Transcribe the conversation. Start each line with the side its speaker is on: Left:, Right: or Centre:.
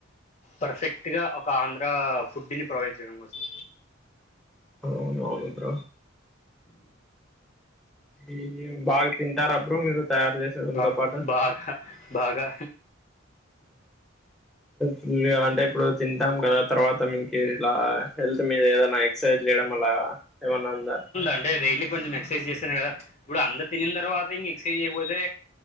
Left: పర్ఫెక్ట్ గా ఒక ఆంధ్ర ఫుడ్ని ప్రొవైడ్ చేయడం కోసం
Centre: అవునువుడుద ఈ బా తింటారబ్ర మీరు తయారు చేస ఉంతో
Left: బాగా
Centre: పాట
Left: బాగా బాగా
Centre: ఫుల్గా అంటే ఇప్పుడు తింటాం కదా తర్వాత మీంక ఇలా హెల్త్ మీద ఏదైనా ఎక్సర్సైజ్ చేయడం అలా ఏమన్నా ఉందా
Left: అంట డైలీ కొంచెం ఎక్సర్సైజ్ చేస్త ఇప్పుడు అందరు తిన తర్వాత ఇంక ఎక్సర్సైజ్ అయిపోతే